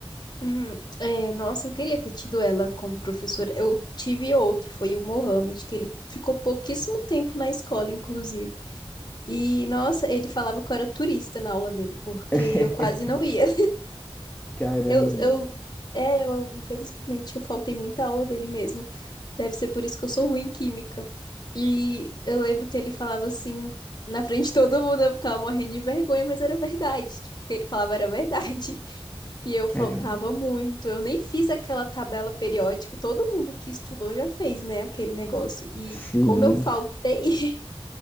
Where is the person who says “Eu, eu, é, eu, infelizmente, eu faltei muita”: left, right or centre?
Left